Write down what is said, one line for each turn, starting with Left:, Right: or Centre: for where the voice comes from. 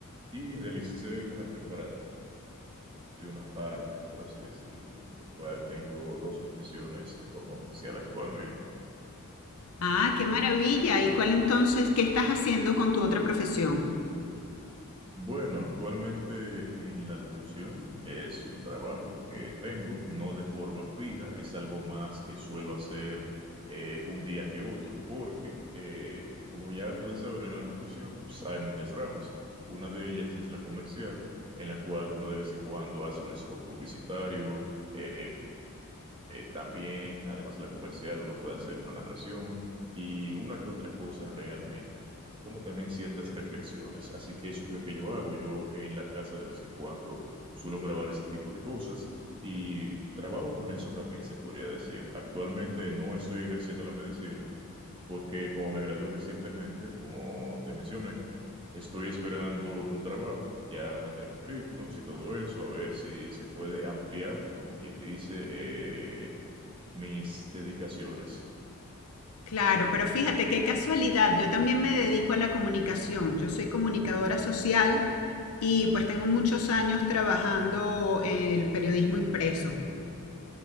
Right: y realicé una preparación aparte, por así decirlo, lo cual tengo dos profesiones de forma oficial actualmente.
Left: Ah, qué maravilla. ¿Y cuál entonces, qué estás haciendo con tu otra profesión?
Right: Bueno, actualmente en la locución es un trabajo que tengo, no de forma fija, es algo más que suelo hacer eh, un día que otro, porque eh, como ya puedes saber en la locución, pues, hay muchas ramas. Una de ellas es la comercial, en la cual uno de vez en cuando hace un spot publicitario, eh, eh, también, además de la comercial, uno puede hacer una narración y una que otra cosa realmente, como también ciertas reflexiones. Así que eso es lo que yo hago. Yo en la casa de vez en cuando suelo grabar ese tipo de cosas y trabajo con eso también, se podría decir. Actualmente no estoy ejerciendo la medicina porque como me gradué recientemente, como te mencioné, Estoy esperando un trabajo, ya mandé currículums y todo eso, a ver si se puede ampliar, como quien dice, eh, mis dedicaciones.
Left: Claro, pero fíjate qué casualidad. Yo también me dedico a la comunicación. Yo soy comunicadora social y pues tengo muchos años trabajando el periodismo impreso.